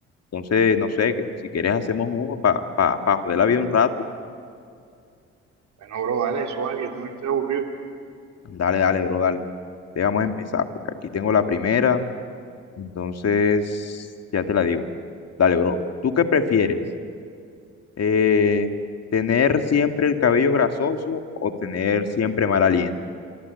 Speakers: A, on the left; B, on the right.
A: Entonces, no sé, que si quieres hacemos uno para pa, pa pa joder la vida un rato.
B: Bueno, bro, dale eso, vale, que yo también estoy aburrido.
A: Dale, dale, bro, dale. Te vamos a empezar, pues aquí tengo la primera, entonces ya te la digo. Dale, bro. ¿Tú qué prefieres? eh, tener siempre el cabello grasoso o tener siempre mal aliento.